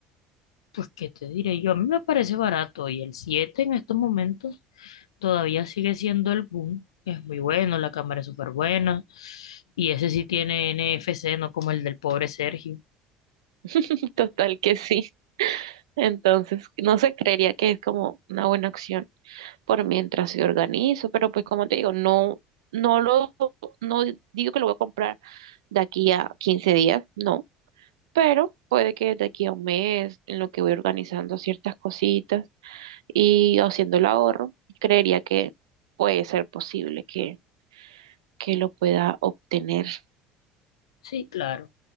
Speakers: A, on the left; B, on the right.
A: pues, ¿qué te diré yo? A mí me parece barato y el 7 en estos momentos todavía sigue siendo el boom. Es muy bueno, la cámara es súper buena. Y ese sí tiene NFC, no como el del pobre Sergio.
B: <laughs> total que sí. Entonces, no sé, creería que es como una buena opción por mientras se organizo, pero pues como te digo, no, no lo, no digo que lo voy a comprar de aquí a 15 días, no, pero puede que de aquí a un mes, en lo que voy organizando ciertas cositas y haciendo el ahorro, creería que puede ser posible que, que lo pueda obtener,
A: Sí, claro.